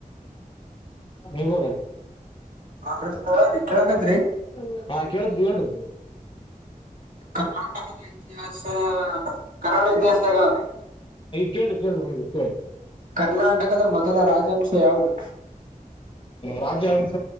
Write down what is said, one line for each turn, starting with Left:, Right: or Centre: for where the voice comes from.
Left: ನಯಬೋ್ರ
Right: ಹ
Left: ಹ ಹಾ ಕೇಳ್ದು ಹೇಳ್ರಿ
Right: ಕರ್ನಾಟಕದ ಇತಿಹಾಸ ಕರಾಳ ಇತಿಹಾಸದಾಗ ಅವ್ರಿ
Left: ಕೇಳಿ ಕೇಳಿ ನೀಿ
Right: ಕರ್ನಾಟಕದ ಮೊದಲ ರಾಜಂಶ ಹ ಹೌದು
Left: ರಾಜವಂಶ